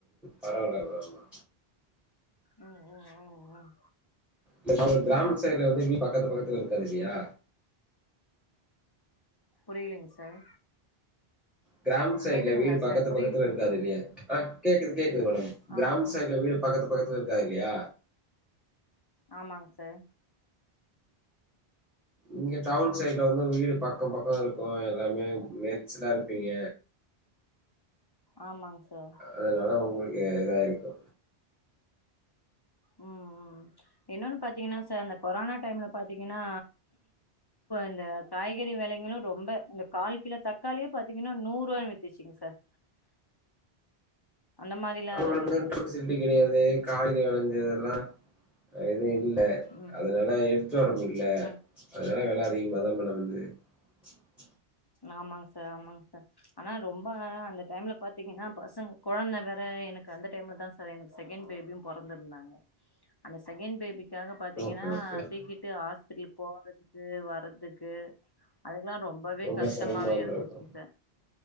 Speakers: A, in the centre; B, on the left.
A: பரவலா இல்ல மா
B: உம் உம் உம் உம்
A: <unintelligible> கிராமத்து சைட்ல வந்து வீடு பக்கத்து பக்கத்துல இருக்காது இல்லையா
B: புரியலைங்க சார்
A: கிராமத்து சைட்டுல
B: கேக்குதுங்களா
A: வீடு பக்கத்து
B: சார் புரியலீங்க
A: பக்கத்துல இருக்காது
B: சார்
A: இல்லையா ஆஹ் கேக்குது கேக்குது மேடம்
B: ஆ
A: கிராம
B: ஆ
A: சைடுல வீடு பக்கத்து பக்கத்துல இருக்காது இல்லையா
B: ஆமாங்க சார்
A: இங்க டவுன் சைட்ல வந்து வீடு பக்கம் பக்க இருக்கு ஓ எல்லாமே நெறிச்சல்லா இருப்பீங்க
B: ஆமாங் சார்
A: அதனால உங்களுக்கு இதா இருக்கு
B: உம் உம் இன்னொன்னு பாத்தீங்கன்னா சார் அந்த கொரோனா டைம்ல பாத்தீங்கன்னா இந்த காய்கறி விலைங்களு ரொம்ப இந்த கால் கிலோ தக்காளியே பாத்தீங்கன்னா நூறு ரூவா வித்துச்சுங் சார் அந்த மாரிலா
A: நம்ம
B: இருந்துச்சுங்க
A: வந்துட்டு
B: சார்.
A: சிட்டி கெடையாது காயி விளைஞ்சு ரும் இது இல்ல
B: ம்
A: அதனால எடுத்துட்டு வர முட்ல
B: ம்
A: அதனால வெல <unintelligible>
B: ஆமாங் சார் ஆமாங் சார் ஆனா ரொம்ப அந்த டைம்ல பாத்தீங்கன்னா பசங்க கொழந்த வேற எனக்கு அந்த டைம்ல தான் சார் எனக்கு செகண்ட் பேபியு பொறந்திருந்தாங்க அந்த செகண்ட் பேபிக்கு க்காக பாத்தீங்கன்னா
A: ஓகே ஓகே ஓகே
B: தூக்கிட்டு ஹாஸ்பிடல் போறதுக்கு வர்றதுக்கு அதுக்குலா ரொம்
A: ரொம்ப
B: கஷ்டமாவே
A: சிரமமா இருந்திருக்கு
B: இருந்துச்சுங் சார்